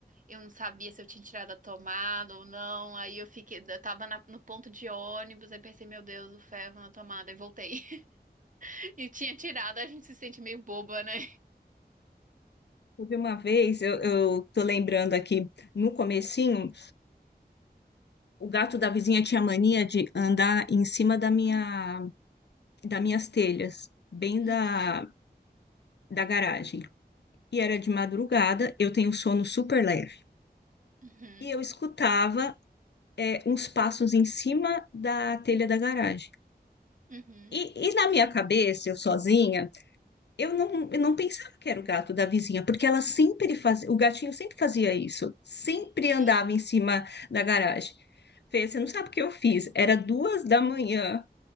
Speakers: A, on the right; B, on the left.
A: Eu não sabia se eu tinha tirado a tomada ou não. Aí eu fiquei, eu tava na- no ponto de ônibus, aí pensei, meu Deus, o ferro na tomada, e voltei. <laughs> E tinha tirado, a gente se sente meio boba, né?
B: Houve uma vez, eu, eu tô lembrando aqui, no comecinho, o gato da vizinha tinha mania de andar em cima da minha, das minhas telhas, bem
A: Uhum,
B: da, da garagem. E era de madrugada, eu tenho sono super leve.
A: uhum.
B: E eu escutava é, uns passos em cima da telha da garagem.
A: Uhum,
B: E, e na minha cabeça, eu sozinha, eu não, eu não pensava que era o gato da vizinha, porque ela sempre fazia, o gatinho sempre fazia isso, sempre
A: sim.
B: andava em cima da garagem. Fê, você não sabe o que eu fiz? Era duas da manhã,